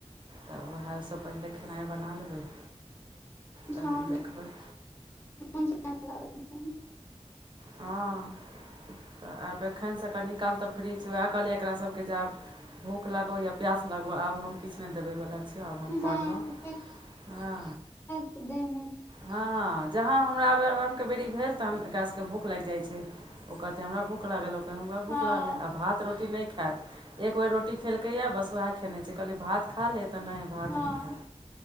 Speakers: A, on the right (about 40°); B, on the left (about 20°).
A: तऽ उएहसँ पहिले खेनाइ बना लेबै तखन
B: हँ
A: देखबै ह
B: नीमन से नहि लागत तहन।
A: हँ तऽ आब एखनसँ क निकाल तऽ फ्रीज उएह कहलियै एकरा सभकेँ आब भूख लागो या प्यास लागो आब हम किछु ने देबे वाला छियै से आब हम पढ़लहुँ
B: हँ
A: हँ
B: त देमे
A: हँ जहाँ हमरार आरामके बेरी भेल तहन एकरा सब के भूख लागि जाइ छै ओ कहतै हमरा भूख लागल ओ कहतै हमरा
B: हँ
A: भूख लागलै आब भात रोटी नहि खायत एक बेर रोटी खेलकैएा बस उएह खेने छै कहलियी भात खा ले तऽ नहि भात
B: हँ
A: नहि खा